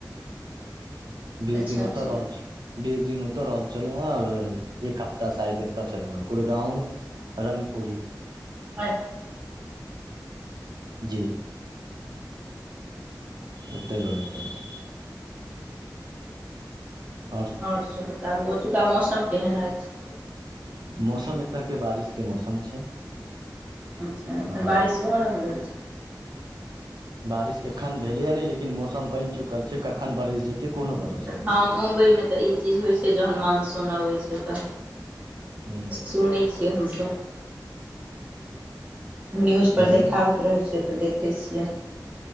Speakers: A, on the right; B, on the right.
A: बीस
B: अच्छा
A: दिन
B: अच्छा
A: उतऽ रहल छै बीस दिन ओतऽ रहल छलहु हँ एक हप्ता साायद एतऽ छलहु हं गुुरगांव रङ्गपूी
B: अच्छा
A: जी ओतहि रहै छलहुँ आओर
B: और सब बताबु ओतुका मौसम सब केहन अछि
A: मौसम एतऽ के बारिश के मौसम छै
B: अच्छा एखन
A: आओर
B: बारिश भऽ रहल अछि
A: बारिश एखन धेलया नै लेकिन मौसम बैन चुकल छै कखन बरस जेते कोनो भरोसा नहि
B: हँ मुम्बइमे तऽ ई चीज होइत छै जहन मानसून अबैत छै त
A: हुँ
B: सुनै छियै हमसभ न्यूज पर
A: हुँ
B: देखाबैत रहै छै तऽ देखै छियै